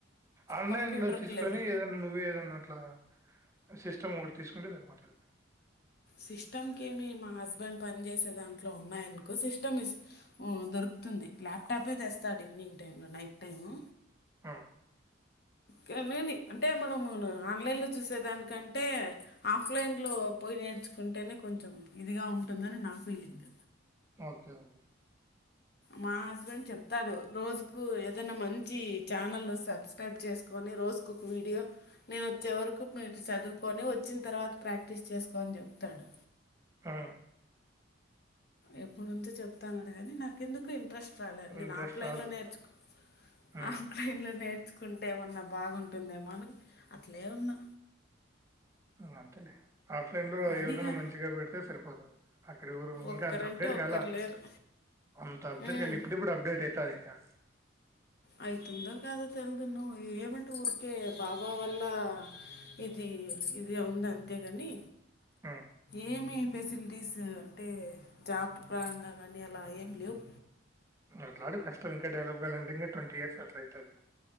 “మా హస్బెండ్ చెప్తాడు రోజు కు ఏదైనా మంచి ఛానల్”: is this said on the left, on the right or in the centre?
Left